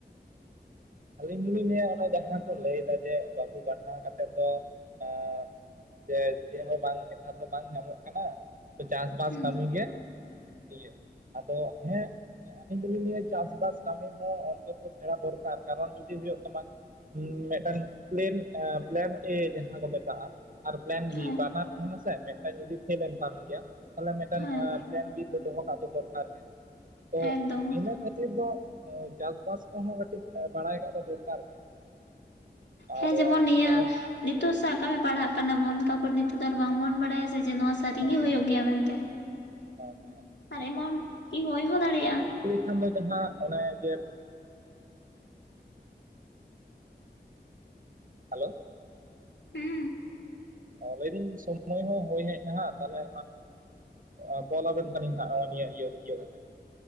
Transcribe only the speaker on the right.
ᱟᱹᱞᱤᱧ ᱫᱚᱞᱤᱧ ᱞᱟᱹᱭᱟ ᱚᱱᱟ ᱡᱟᱦᱟᱸ ᱠᱚ ᱞᱟᱹᱭ ᱫᱟ ᱡᱮ ᱵᱟᱹᱵᱩ ᱯᱟᱲᱦᱟᱣ ᱠᱟᱛᱮᱫ ᱫᱚ ᱟᱸ ᱡᱮ ᱪᱮᱫ ᱦᱚᱸ ᱵᱟᱝ ᱱᱮᱛᱟᱨ ᱫᱚ ᱵᱟᱝ ᱧᱟᱢᱚᱜ ᱠᱟᱱᱟ ᱪᱟᱥ ᱵᱟᱥ
ᱠᱟᱹᱢᱤ ᱜᱮ ᱦᱳᱭᱳᱜ ᱟᱫᱚ ᱦᱮᱸ ᱟᱹᱞᱤᱧ ᱫᱚᱞᱤᱧ ᱞᱟᱹᱭᱟ ᱪᱟᱥ ᱵᱟᱥ ᱠᱟᱹᱢᱤ ᱦᱚᱸ ᱚᱱᱛᱛᱚ ᱥᱮᱲᱟ ᱫᱚᱨᱠᱟᱨ, ᱠᱟᱨᱚᱱ ᱡᱩᱫᱤ ᱦᱩᱭᱩᱜ ᱛᱟᱢᱟ ᱢᱮᱫ ᱴᱮᱱ ᱯᱮᱞᱮᱱ ᱯᱞᱮᱱ ᱮ ᱡᱟᱦᱟᱸ ᱠᱚ ᱢᱮᱛᱟᱜ-ᱟ᱾ ᱟᱨ ᱯᱮᱞᱮᱱ
ᱵᱤ ᱵᱟᱱᱟᱨ ᱛᱟᱦᱮᱱᱟᱥᱮ, ᱢᱮᱫ ᱴᱮᱱ ᱡᱩᱫᱤ ᱯᱷᱮᱞ ᱮᱱ ᱛᱟᱢ ᱜᱮᱭᱟ ᱛᱟᱞᱦᱮ ᱢᱮᱫ ᱴᱮᱱ
ᱮᱸ ᱯᱞᱮᱱ ᱵᱤᱫ ᱫᱚ ᱫᱚᱦᱚ ᱠᱟᱜ ᱜᱮ ᱫᱚᱨᱠᱟᱨ ᱜᱮ᱾ ᱛᱚ
ᱤᱱᱟᱹ ᱠᱷᱟᱹᱛᱤᱨ ᱫᱚ ᱪᱟᱥ ᱵᱟᱥ ᱠᱚᱦᱚᱸ ᱠᱟᱹᱴᱤᱡ ᱵᱟᱲᱟᱭ ᱠᱟᱜ ᱫᱚ ᱫᱚᱨᱠᱟᱨ ᱜᱮ᱾ ᱟᱨ
ᱚᱱᱮ
ᱦᱮᱸ
<unintelligible>
ᱠᱷᱟᱱ ᱫᱚ ᱡᱟᱦᱟᱸ ᱚᱱᱮ ᱡᱮ ᱯᱟᱲᱦᱟᱜ ᱦᱟᱞᱳ
ᱞᱟᱹᱭ ᱫᱟᱹᱧ ᱥᱚᱢᱚᱭ ᱦᱚᱸ ᱦᱳᱭ ᱦᱮᱡᱱᱟ ᱦᱟᱸᱜ ᱛᱟᱞᱦᱮ ᱮᱸ ᱠᱚᱞ ᱟᱵᱮᱱ ᱠᱟᱹᱱᱤᱧ ᱦᱟᱸᱜ ᱱᱚᱜᱚᱭ ᱱᱤᱭᱟᱹ ᱤᱭᱟᱹ ᱤᱭᱟᱹ ᱠᱟᱛᱮᱜ᱾